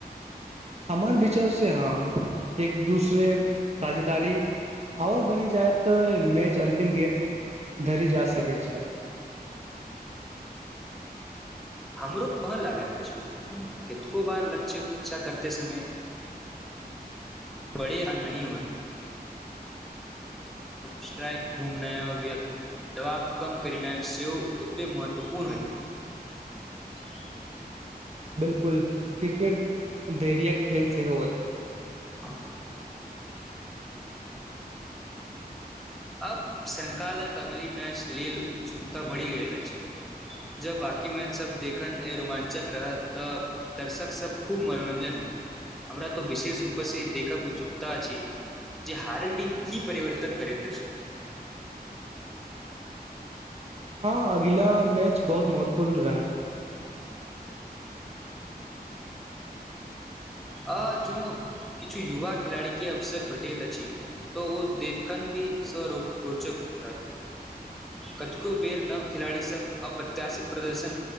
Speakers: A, on the right (about 40°); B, in the centre.
A: हमर विचार से हम एक दूसरे साझेदारी आओर बनि जाय तऽ मैच अंतिम गेत धरि जा सकैत छल
B: हमरो कहन लागैत अछि कितको बार लक्ष्य इच्छा करते समय बे हो स््राइक घुमना दबाब कम करना सेव उतपे महत्वपूर्ण हो छै
A: बिलकुल क्रिकेट धैरय खेल सेहो अछि छै
B: आ अब संकालक अगले मैच लेल उत्सुकता बढ़ि गेल अछि जब बकी मैच सब देखन रोमाञ्चक रहत तऽ दर्शक सब खूब मनोरंजन होए हमरा तो विशेष रूपे से देखक उत्सुकता अछि जे हारल टीम की परिवर्तन करैत अछि
A: हँ अगिला मैच बहुत महत्वपूर्ण रहत
B: आ जो किछु युवा खेलाड़ी के अवसर भेटैत अछि तऽ ओ देखन भी सो रोचक रहत कतेको बेर नव खेलाड़ी सब अप्रत्याशित प्रदर्शन